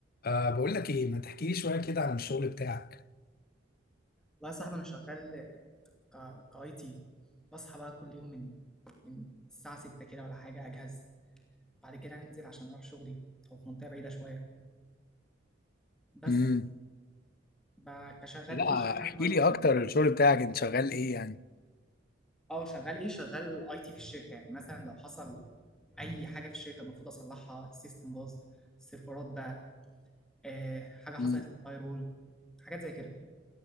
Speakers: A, on the left; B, in the centre.
A: أه بقول لك ايه ما تحكي لي شويه كده عن الشغل بتاعك
B: والله يا صاحبي انا شغال آه، كاي تي بصحى بقى كل يوم من من الساعه 6 كده ولا حاجه اجهز بعد كده انزل عشان اروح شغلي هو في منطقه بعيده شويه بس
A: امم
B: ب- كشغال
A: لا
B: ايه شغال
A: احكي
B: اي
A: لي
B: تي
A: اكتر الشغل بتاعك انت شغال ايه يعني
B: اه شغال ايه شغال اي تي في الشركه يعني مثلا لو حصل اي حاجه في الشركه المفروض اصلحها السيستم باظ السيرفرات بقى آه حاجه حصلت
A: مم.
B: للفاير وول حاجات زي كده